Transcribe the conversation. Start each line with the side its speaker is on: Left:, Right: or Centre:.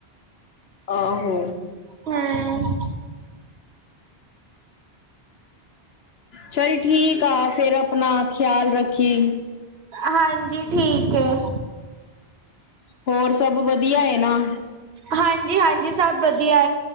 Left: ਆਹੋ।
Right: ਹੂੰ,
Left: ਚੱਲ ਠੀਕ ਆ ਫਿਰ ਆਪਣਾ ਖਿਆਲ ਰੱਖੀ।
Right: ਹਾਂਜੀ ਠੀਕ ਹੈ।
Left: ਹੋਰ ਸਭ ਵਧੀਆ ਏਨਾ?
Right: ਹਾਂਜੀ, ਹਾਂਜੀ ਸਭ ਵਧੀਆ।